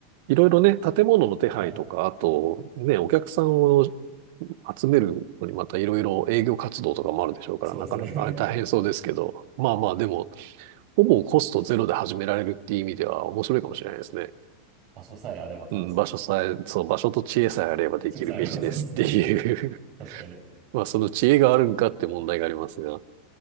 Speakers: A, on the right (about 60°); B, on the right (about 40°).
A: いろいろね、建物の手配とか、
B: はい。
A: あとね、お客さんを集めるのにまたいろいろ営業活動とかもあるでしょうから、
B: そうですね。
A: なかなか大変そうですけど、
B: <laughs>
A: まあまあでも、ほぼコストゼロで始められるっていう意味では面白いかもしれないですね。
B: 場所さえあればって感じですもんね。
A: うん、場所さえ、
B: 確かに。
A: そう、場所と知恵さえあればできるビジネスっていう
B: 小さいあればそうですね。<laughs> 確かに。
A: <laughs> まあその知恵があるんかって問題がありますが。